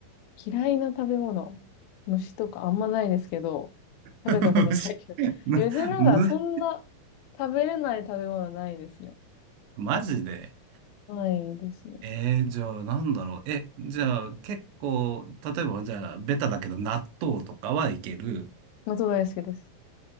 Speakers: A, on the left (about 90°); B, on the right (about 80°).
A: 嫌いな食べ物、虫とかあんまないですけど、食べたことないけど。
B: <laughs> 虫む、
A: <laughs> え別になんか、
B: む、
A: そんな食べれない食べ物ないですね。
B: マジで。
A: ないですね。
B: えー、じゃあなんだろう。え、じゃあ結構、例えばじゃあベタだけど納豆とかはいける。
A: 納豆大好きです。